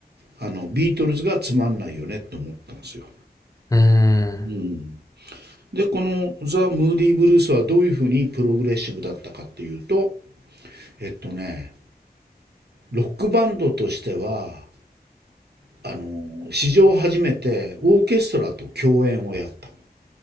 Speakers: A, on the right (about 80°); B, on the left (about 20°).
A: あの、ビートルズがつまんないよねと思ったんですよ。
B: うーん。
A: うん。で、このザ・ムーディ・ブルースはどういうふうにプログレッシブだったかっていうと、えっとね、ロックバンドとしては、あの、史上初めてオーケストラと共演をやった。